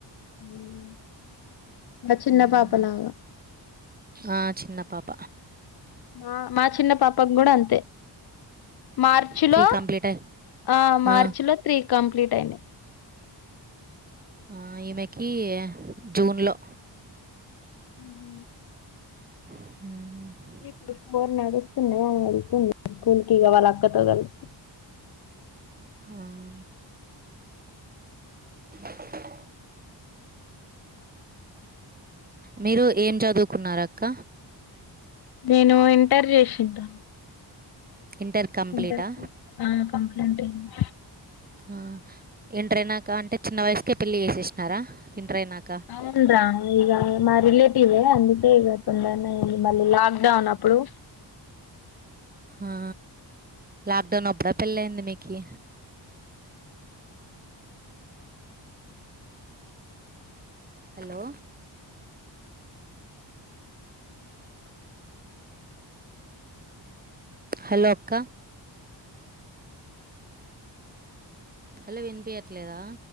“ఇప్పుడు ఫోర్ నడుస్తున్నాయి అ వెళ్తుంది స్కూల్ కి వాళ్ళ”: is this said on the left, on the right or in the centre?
Left